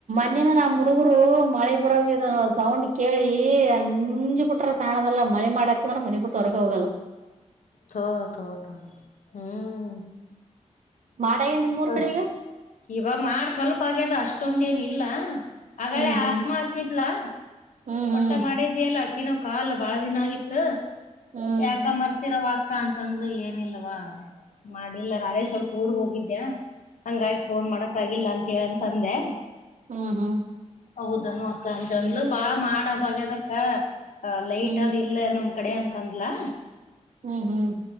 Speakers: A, on the right (about 80°); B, on the left (about 85°).
A: ಮನಿನ ನಮ್ ಹುಡುಗರು ಮಳೆ ಬರದ ಸೌಂಡ್ ಕೇಳಿ ಅಂಜ ಬಿಟ್ರ ಸಾಣದಲ್ಲ ಮಳೆ ಮಾಡಾಕಂದ್ರ ಮನಿ ಬಿಟ್ಟ ಹೊರಗ ಹೋಗಲ್ಲಾ.
B: ತೊ ತೊ ತೊ ತೋ ಹ್ಮ್
A: ಮಾಡಾಗೇನ್ ನಿಮ್ಮೂರ್
B: ಅ
A: ಕಡೆ ಈಗ
B: ಇವಾಗ ಮಾಡ ಸ್ವಲ್ ಪ್ಪಾಗ್ಯಾದ ಅಷ್ಟೊಂದ್ ಏನ ಇಲ್ಲಾ. ಆಗಳೆ
A: ಹ್ಮ್ ಹ್ಮ್
B: ಆಸ್ಮಾ ಹಚ್ಚಿದ್ಲಾ
A: ಹ್ಮ್ ಹ್ಮ್
B: ಒಟ್ಟ ಮಾಡಿದ್ಯಲ್ಲ. ಕಿನೋ ಕಾಲ್ ಬಾಳ ದಿನಾ ಆಗಿತ್ತ.
A: ಹ್ಮ್
B: ಯಾಕ ಮರ್ತಿರವಾ. ಕ್ಕಾನ ತಂದ್ಲು ಏನಿಲ್ವಾ ಮಾಡಿಲ್ಲಾ ನಾನೆ ಸ್ವಲ್ಪ ಊರ್ ಹೋಗಿದ್ದ್ಯಾ. ಹಂಗಾಗಿ ಫೋನ್ ಮಾಡಕ್ ಆಗಿಲ್ಲಾ ಅಂತ. ಟೀಯಾನ್ ತಂದೆ.
A: ಮ್ಮ್ ಹ್ಮ್.
B: ಔದನು ಅಕ್ಕಾ ಅಂತ ತಂದ್ಲು ಬಾಳ ಮಾಡದು ಆಗ್ಯದಕ್ಕ. ಹ
A: ಹ್ಮ್
B: ಲೈಟ್ ಅದು ಇಲ್ಲೇ ನಮ್. ಕಡೆಯಾ ಅಂತಂದ್ಲಾ.
A: ಹ್ ಹ್ಮ್.